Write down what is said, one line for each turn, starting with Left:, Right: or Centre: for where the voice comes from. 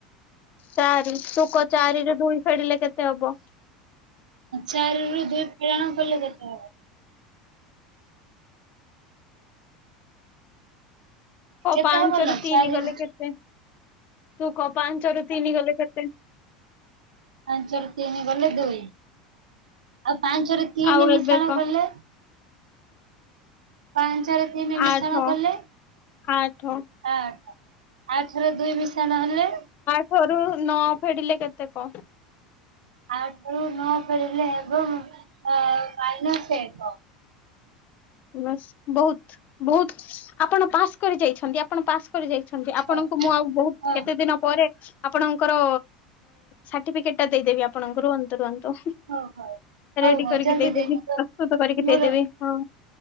Left: ଚାରି। ତୁ କ ଚାରିରୁ ଦୁଇ ଫେଡିଲେ କେତେ ହବ?
Right: ଚାରିରୁ ଦୁଇ ଫେଡାଣ କଲେ କେତେ ହେବ?
Left: କ
Right: କେତେ
Left: ପାଞ୍ଚରୁ
Right: ହବ ଲୋ
Left: ତିନି
Right: ଚାରିରୁ
Left: ଗଲେ କେତେ? ତୁ କ ପାଞ୍ଚରୁ ତିନି ଗଲେ କେତେ?
Right: ପାଞ୍ଚରୁ ତିନି ଗଲେ ଦୁଇ। ଆଉ ପାଞ୍ଚରୁ ତିନି
Left: ଆଉ
Right: ମିଶାଣ
Left: ଏବେ କହ
Right: କଲେ ପାଞ୍ଚରେ ତିନି
Left: ଆଠ
Right: ମିଶାଣ କଲେ
Left: ଆଠ
Right: ଆଠ। ଆଠରେ ଦୁଇ ମିଶାଣ ହେଲେ?
Left: ଆଠରୁ ନ ଫେଡିଲେ କେତେ କ?
Right: ଆଠରୁ ନ ଫେଡ଼ିଲେ ହେବ, <unintelligible> ମାଇନସ ଏକ।
Left: ବାସ୍, ବହୁତ ବହୁତ। ଆପଣ ପାସ୍ କରି ଯାଇଛନ୍ତି, ଆପଣ ପାସ୍ କରି ଯାଇଛନ୍ତି। ଆପଣଙ୍କୁ
Right: ହଁ
Left: ମୁଁ ଆଉ ବହୁତ
Right: ହଁ
Left: କେତେ ଦିନ ପରେ ଆପଣଙ୍କର ସାର୍ଟିଫିକେଟ ଟା ଦେଇଦେବି ଆପଣଙ୍କର ତୁରନ୍ତ।
Right: ହଉ ହଉ ହଉ
Left: ରେଡି
Right: ହଉ
Left: କରିକି
Right: ଜଲଦି
Left: ଦେଇଦେବି
Right: ଦେଇଦିଅ।
Left: ପ୍ରସ୍ତୁତ କରିକି
Right: ମୋର
Left: ଦେଇଦେବି ହଁ।